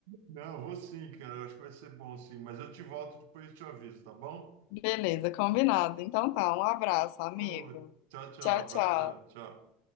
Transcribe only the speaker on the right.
Não, eu vou sim, cara. Eu acho que vai ser bom, sim. Mas eu te volto depois e te aviso, tá bom?
Oh, tchau, tchau.
Abração.
Tchau.